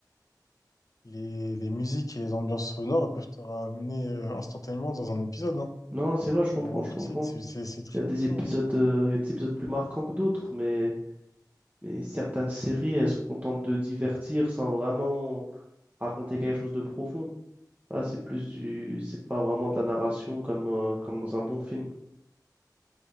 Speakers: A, on the left; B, on the right.
A: les, les musiques et les ambiances sonores elles peuvent te ramener euh, instantanément dans un épisode, hein,
B: Non, c'est vrai, je comprends,
A: au moment
B: je
A: précis.
B: comprends.
A: C'est c'est- c'est très
B: Il y a des
A: puissant.
B: épisodes,
A: hein.
B: euh, il y a des épisodes plus marquants que d'autres, mais, mais certaines séries, elles se contentent de divertir sans vraiment raconter quelque chose de profond. Là, c'est plus du, c'est pas vraiment de la narration comme, euh, comme dans un bon film.